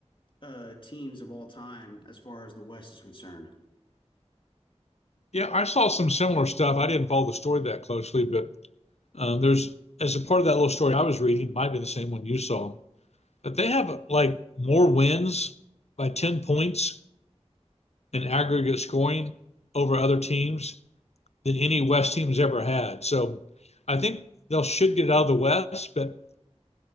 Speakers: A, on the left (about 45°); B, on the left (about 70°).
A: uh, teams of all time as far as the West is concerned.
B: Yeah, I saw some similar stuff. I didn't follow the story that closely, but um, there's as a part of that little story I was reading, it might be the same one you saw, but they have like more wins by 10 points in aggregate scoring over other teams than any West team has ever had. So I think they'll should get out of the West, but